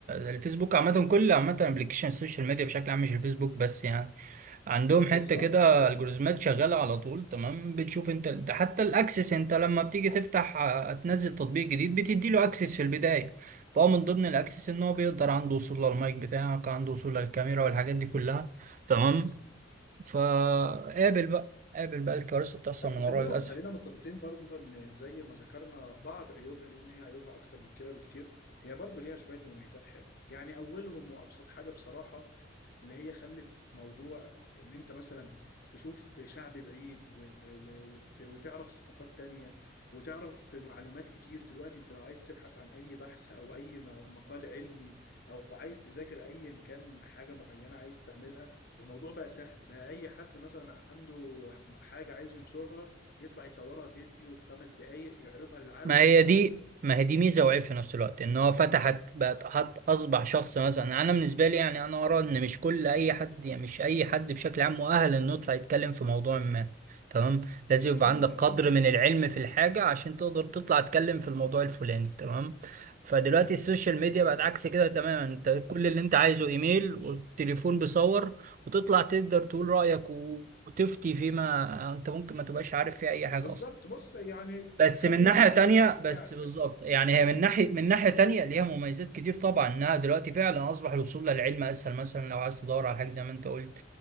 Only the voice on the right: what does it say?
الفيسبوك عامة كل عامة ابلكيشن السوشيال ميديا بشكل عام مش الفيسبوك بس يعني عندهم حته
كده
الجوريزمات شغاله على طول تمام بتشوف انت ده حتى الاكسس انت لما بتيجي تفتح آه، تنزل تطبيق جديد بتدي له اكسس في البدايه فهو من ضمن الاكسس ان هو بيقدر عنده وصول للمايك بتاعك عنده وصول للكاميرا والحاجات دي كلها
تمام فقابل بقى قابل بقى الكوارث بتحصل
من وراه
للاسف
ما هي
دي ما هي دي ميزه وعيب في نفس الوقت ان هو فتحت بقت حط اصبح شخص مثلا انا بالنسبه لي يعني انا ارى ان مش كل اي حد يعني مش اي حد بشكل عام مؤهل انه يطلع يتكلم في موضوع ما تمام لازم
يبقى عندك
قدر
من العلم في الحاجه عشان تقدر تطلع تتكلم في الموضوع الفلاني تمام فدلوقتي السوشيال ميديا
بقت عكس كده تماما انت كل اللي انت عايزه ايميل والتليفون بيصور وتطلع تقدر تقول رايك و- وتفتي فيما انت ممكن ما تبقاش عارف فيه اي حاجه
اصلا
بس
من ناحية
تانية
بس
بالظبط
يعني
هي من ناحية من ناحية تانية ليها مميزات كتير طبعا انها دلوقتي فعلا اصبح الوصول للعلم اسهل مثلا لو عايز تدور على حاجة زي ما انت قلت